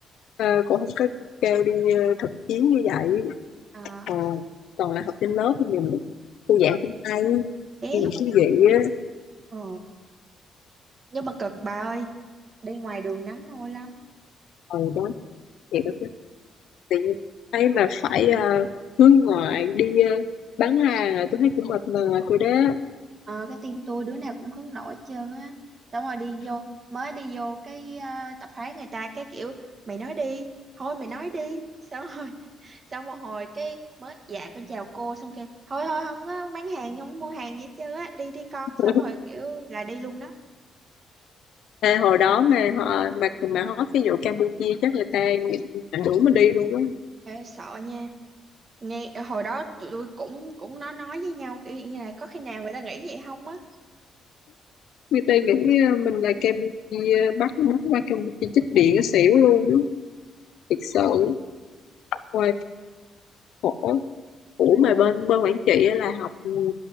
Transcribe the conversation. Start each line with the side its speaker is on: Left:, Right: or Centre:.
Left: ờ, cổ không có kêu đi ờ, thực chiến như vậy
Right: à
Left: Ờ, toàn là học trên lớp thì mình cô giảng cũng hay
Right: bé
Left: nhưng mà thú
Right: thì cũng
Left: vị
Right: khỏe
Left: á
Right: ừ. nhưng mà cực bà ơi đi ngoài đường nắng nôi lắm
Left: ờ đó thì đó tự nhiên thấy mà phải ờ, hướng ngoại đi ờ, bán hàng à, tôi thấy cũng mệt mỏi rồi đó
Right: Ờ, cái team tôi đứa nào cũng hứng nổi hết trơn á xong rồi đi vô mới đi vô cái ờ, tập hóa người ta cái kiểu mày nói đi thôi mày nói đi xong rồi <laughs> xong một hồi cái mới dạ con chào cô xong kêu thôi thôi không có bán hàng không có mua hàng gì hết trơn á đi đi con
Left: <laughs>
Right: xong rồi kiểu là đi luôn đó
Left: à, hồi đó mà họ mà mà hót cái vụ Campuchia chắc người ta đuổi mình đi luôn á
Right: Ê, sợ nha nghe hồi đó tụi tôi cũng cũng nói nói với nhau kiểu như là có khi nào người ta nghĩ vậy không á
Left: người ta nghĩ ờ, mình là Campuchia bắt mắt qua Campuchia chích điện cái xỉu luôn á thiệt sự hoài khổ ủa
Right: ờ
Left: mà bên bên Quảng Trị á là học ừ,